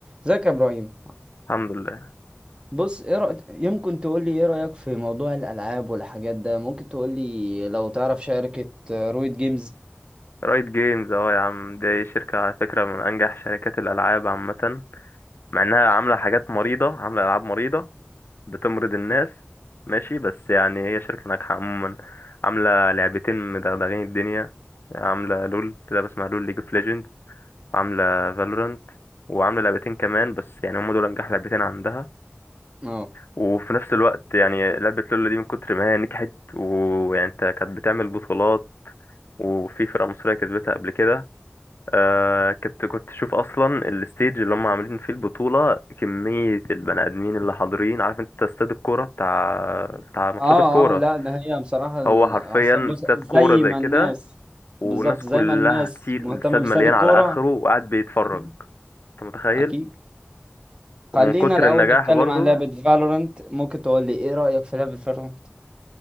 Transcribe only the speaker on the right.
ازيك يا ابراهيم
بص ايه رأيك يمكن تقول لي ايه رأيك في موضوع الالعاب والحاجات ده ممكن تقول لي لو تعرف شركة آه، رويد جيمز
اه
اه
اه لا ما هي بصراحة ال-
أصل بص
زي
ما
الناس
بالظبط
زي ما الناس
مهتمة
باستاد
الكورة
مم.
اكيد
خلينا
الاول
نتكلم
عن لعبة فالورنت ممكن تقول لي ايه رأيك في لعبة فالورنت